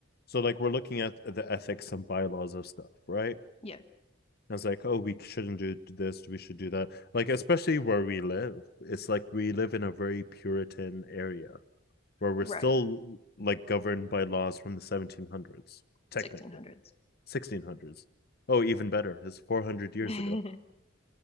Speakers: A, on the left (about 55°); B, on the left (about 30°).
A: so like we're looking at the ethics and bylaws of stuff, right?
B: yeah,
A: And it's like, oh, we shouldn't do this, we should do that. Like, especially where we live, it's like we live in a very Puritan area where we're
B: Right.
A: still like governed by laws from the 1700s, technically
B: 1600s.
A: 1600s. Oh, even better, it's 400 years
B: <laughs>
A: ago,